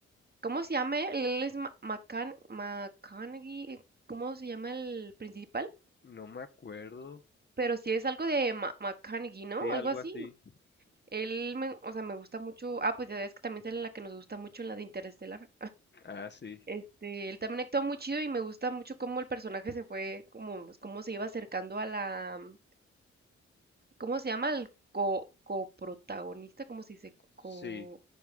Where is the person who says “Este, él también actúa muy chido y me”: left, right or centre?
Right